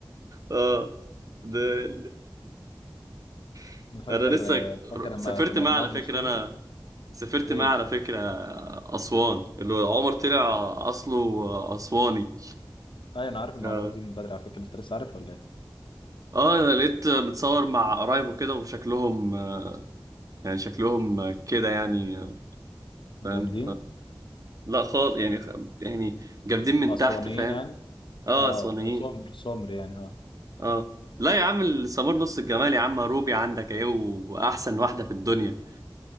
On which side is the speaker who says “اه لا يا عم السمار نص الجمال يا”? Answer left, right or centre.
Right